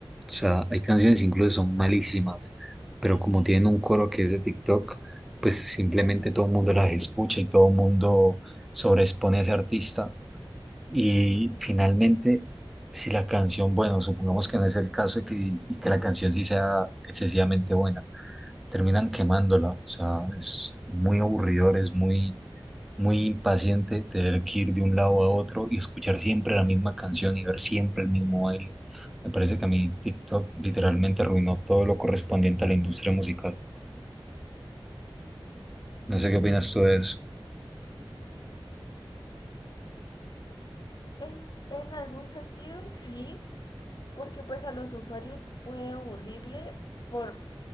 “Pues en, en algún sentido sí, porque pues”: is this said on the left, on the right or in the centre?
Left